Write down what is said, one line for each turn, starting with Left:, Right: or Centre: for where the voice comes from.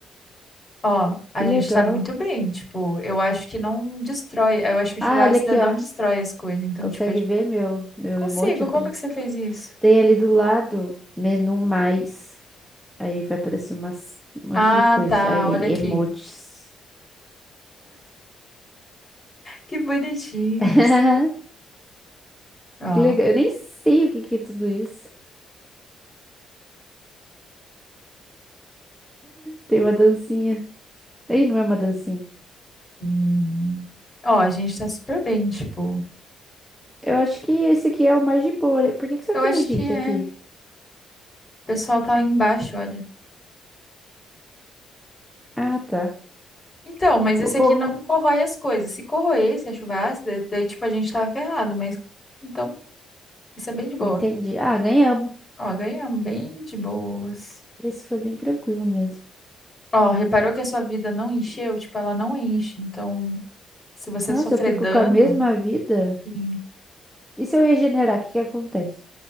Left: Ó, a
Centre: Que
Left: gente
Centre: legal.
Left: sabe muito bem. Tipo, eu acho que não destrói. Eu acho que a
Centre: Ah,
Left: chuva
Centre: olha
Left: ácida
Centre: aqui,
Left: não
Centre: ó.
Left: destrói as coisas. Então,
Centre: Consegue
Left: tipo, a gente...
Centre: ver meu, meu
Left: consigo.
Centre: emoji? Apri?
Left: Como é que você fez isso?
Centre: Tem ali do lado menu mais. Aí vai aparecer umas, um monte
Left: Ah,
Centre: de coisa.
Left: tá.
Centre: Aí ele,
Left: Olha
Centre: emojis.
Left: aqui. Que bonitinhos.
Centre: <laughs>
Left: Ó.
Centre: Que legal. Eu nem sei o que que é tudo isso. Tem uma dancinha. Aí não é uma dancinha.
Left: Hum. Ó, a gente tá super bem, tipo.
Centre: Eu acho que esse aqui é o mais de boa, né? Por que que só
Left: Eu
Centre: tem
Left: acho
Centre: a gente
Left: que é.
Centre: aqui?
Left: O pessoal tá lá embaixo, olha.
Centre: Ah, tá.
Left: Então, mas esse
Centre: O povo.
Left: aqui não corrói as coisas. Se corroesse a chuva ácida, daí tipo a gente tava ferrado, mas então isso é bem de boa.
Centre: Entendi. Ah, ganhamos.
Left: Ó, ganhamos bem de boas.
Centre: Esse foi bem tranquilo mesmo.
Left: Ó, reparou que a sua vida não encheu? Tipo, ela não enche. Então, se você
Centre: Nossa,
Left: sofrer
Centre: eu fico
Left: dano,
Centre: com a mesma vida?
Left: sim,
Centre: E se eu regenerar, o que que acontece?